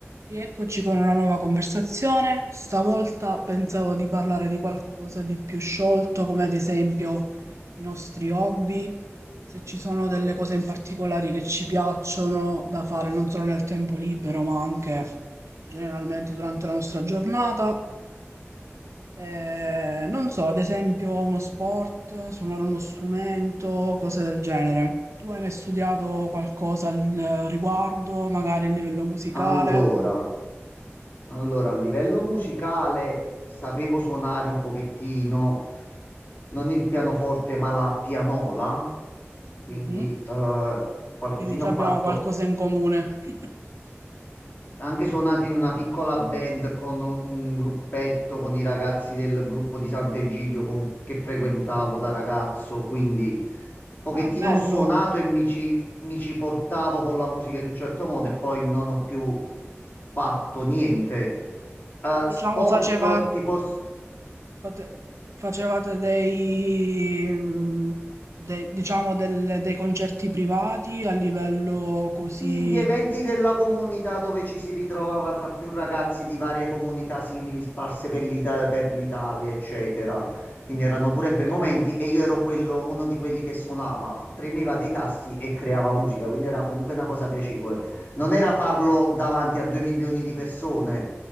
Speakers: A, on the right; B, on the left.
A: Rieccoci con una nuova conversazione. Stavolta pensavo di parlare di qualcosa di più sciolto, come ad esempio i nostri hobby, se ci sono delle cose in particolare che ci piacciono da fare non solo nel tempo libero, ma anche generalmente durante la nostra giornata. Eh, non so, ad esempio uno sport, suonare uno strumento, cose del genere. Tu hai mai studiato qualcosa al riguardo, magari a livello musicale?
B: Allora, allora, a livello musicale sapevo suonare un pochettino, non il pianoforte, ma la pianola, quindi
A: Mhm.
B: eh, qualcosina
A: quindi già
B: ho fatto.
A: abbiamo qualcosa in comune. <laughs>
B: Ha anche suonato in una piccola band con un gruppetto con i ragazzi del gruppo di Sant'Egidio con- che frequentavo da ragazzo, quindi un pochettino
A: Ah, bello.
B: ho suonato e mi ci, mi ci portavo con la musica in un certo modo e poi non ho più fatto niente. Eh,
A: Ma Diciamo
B: sport
A: faceva-
B: tipo
A: pote- facevate dei, mm, dei- diciamo del- dei concerti privati a livello così...
B: Sì, gli eventi della comunità dove ci si ritrovava tra più ragazzi di varie comunità simili sparse per l'Ita- per l'Italia, eccetera. Quindi erano pure
A: Ok,
B: bei momenti
A: ok.
B: e io ero quello, uno di quelli che suonava, premeva dei tasti e creava musica, quindi era comunque una cosa piacevole. Non era farlo davanti a due milioni di persone,